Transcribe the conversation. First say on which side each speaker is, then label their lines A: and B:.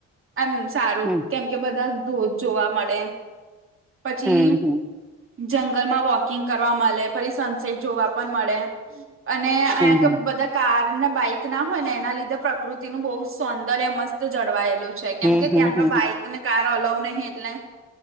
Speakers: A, on the right; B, in the centre.
A: એમ સારું
B: હમ
A: કેમ કે બધા ધોધ જોવા મળે. પછી
B: હમ હમ હમ
A: જંગલમાં વોકિંગ કરવા મળે, ફરી સનસેટ જોવા પણ મળે. અને અહીં આગળ
B: હમ
A: બધાં કારને બાઈક ના હોય ને એના લીધે પ્રકૃતિનું બહુ સૌંદર્ય મસ્ત જળવાયેલું છે કેમ
B: હમ
A: કે
B: હમ
A: ત્યાં આગળ
B: હમ
A: બાઈકને કાર અલાઉ નહીં એટલે